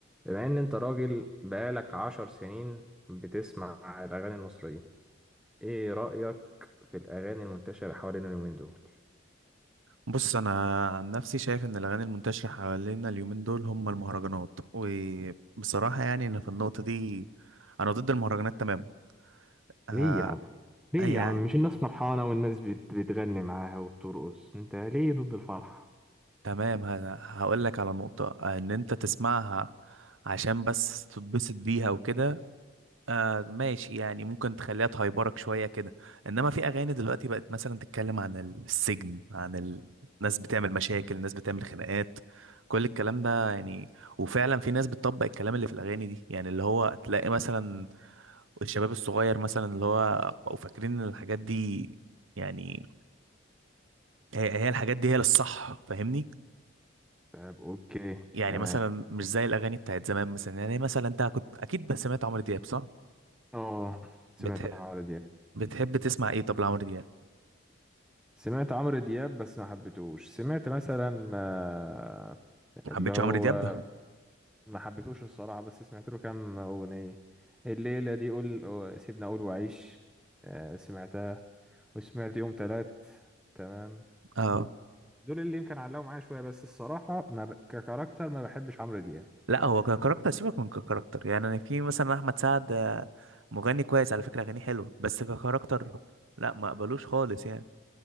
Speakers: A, in the centre; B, on the right (about 75°).
A: بما ان انت راجل بقالك عشر سنين بتسمع الاغاني المصرية ايه رأيك في الاغاني المنتشرة حوالينا اليومين دول
B: بص انا عن نفسي شايف ان الاغاني المنتشره حوالينا اليومين دول هم المهرجانات وبصراحه يعني انا في النقطه دي انا ضد المهرجانات تماما آه
A: ليه يا عم ليه
B: يعني
A: يا عم مش الناس فرحانة والناس بت... بتغني معاها وبترقص انت ليه ضد الفرح
B: تمام هقول لك على نقطه آه، ان انت تسمعها عشان بس تتبسط بيها وكده آه ماشي يعني ممكن تخليها تهيبرك شوية كده انما في اغاني دلوقتي بقت مثلا تتكلم عن السجن عن ال- الناس بتعمل مشاكل الناس بتعمل خناقات كل الكلام ده يعني وفعلا في ناس بتطبق الكلام اللي في الاغاني دي يعني اللي هو تلاقي مثلا الشباب الصغير مثلا اللي هو بقوا فاكرين ان الحاجات دي يعني هي هي الحاجات دي هي للصح فاهمني
A: طيب اوكي
B: يعني
A: تمام
B: مثلا مش زي الاغاني بتاعت زمان مثلا يعني مثلا انت كنت اكيد بس سمعت عمرو دياب صح
A: اه
B: بتح...
A: سمعت عمرو دياب
B: بتحب تسمع ايه طب لعمرو دياب
A: سمعت عمرو دياب بس ما حبيتهوش سمعت مثلا آه،
B: ما
A: اللي
B: حبيتش
A: هو
B: عمرو دياب
A: ما حبيتوش الصراحة بس سمعت له كام أغنية الليلة دي قول أو- سيبنا أقول وعيش آه، سمعتها وسمعت يوم تلات تمام
B: اه
A: دول اللي يمكن علقوا معايا شوية بس الصراحة ما ب... ككاركتر ما بحبش عمرو دياب
B: لا هو ككاركتر سيبك من ككاركتر يعني أنا في مثلا احمد سعد آه، مغني كويس على فكره اغانيه حلوه بس ككاركتر لا ما اقبلوش خالص يعني